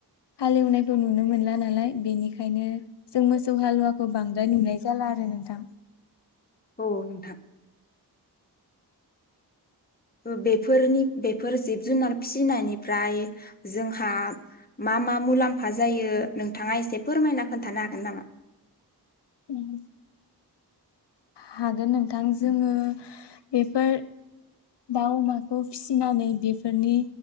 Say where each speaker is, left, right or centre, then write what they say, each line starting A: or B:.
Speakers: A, on the left; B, on the left.
A: हालेवनायखौ नुनो मोनला नालाय बेनिखायनो। जों मोसौ हालुवाखौ बां नाय नुनाय जाला आरो नोंथां।
B: औ नोंथां। ओ बेफोरनि बेफोर जिब जुनार फिसिनायनिफ्राय जोंहा मा मा मुलाम्फा जायो नोंथाङा एसे फोरमायना खोन्थानो हागोन नामा?
A: उम। हागोन नोंथां जोङो बेफोर दाउ अमाखौ फिसिनानै बेफोरनि